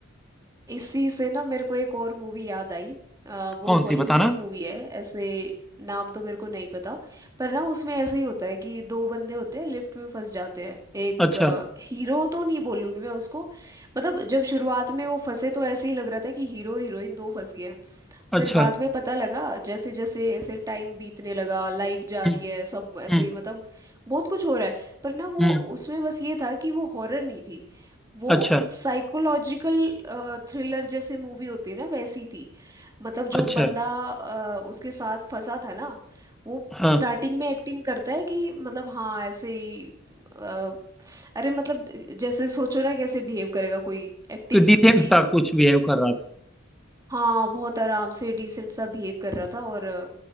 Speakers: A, on the right; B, in the centre.
A: इसी से ना मेरे को एक और मूवी याद आई अ, वो
B: कौन
A: हॉलीवुड
B: सी बताना
A: की मूवी है ऐसे नाम तो मेरे को नहीं पता पर ना उसमें ऐसे ही होता है कि दो बंदे होते हैं लिफ्ट में फंस जाते हैं एक
B: अच्छा
A: हीरो तो नहीं बोलूंगी मैं उसको मतलब जब शुरुआत में वो फंसे तो ऐसे ही लग रहा था कि हीरो हीरोइन दो फंस गए हैं
B: अच्छा
A: फिर बाद में पता लगा जैसे जैसे ऐसे टाइम बीतने लगा लाइट जा
B: हम्म
A: रही है सब ऐसे
B: हम्म
A: मतलब बहुत कुछ हो रहा है पर ना वो
B: हम्म
A: उसमें बस ये था कि वो हॉरर नहीं थी वो
B: अच्छा
A: साइकोलॉजिकल थ्रिलर जैसे मूवी होती है ना वैसी थी मतलब जो
B: अच्छा
A: बंदा अ, उसके साथ फंसा था ना वो
B: हाँ
A: स्टार्टिंग में एक्टिंग करता है कि मतलब हाँ ऐसे ही अ, अरे मतलब जैसे सोचो ना कैसे बिहेव करेगा कोई एक्टिंग
B: कि डिसेंट
A: की
B: सा कुछ बिहेव कर रहा था
A: हाँ बहुत आराम से डिसेंट सा बिहेव कर रहा था और अ,